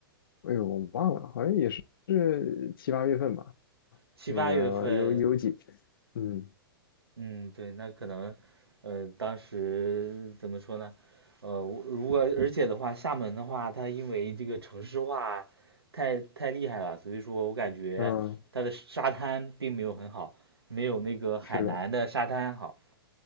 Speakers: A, on the left (about 65°); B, on the right (about 90°).
A: 哎呦，我忘了，好像也是是七八月份吧。
B: 七八月份，
A: 那个有有几，嗯
B: 嗯，对，那可能，呃，当时怎么说呢？呃，我如果而且的话，厦门的话，它因为这个城市化太太厉害了，所以说我感觉它的沙滩并没有很好，
A: 嗯，
B: 没有那个海南的沙滩好。
A: 是的，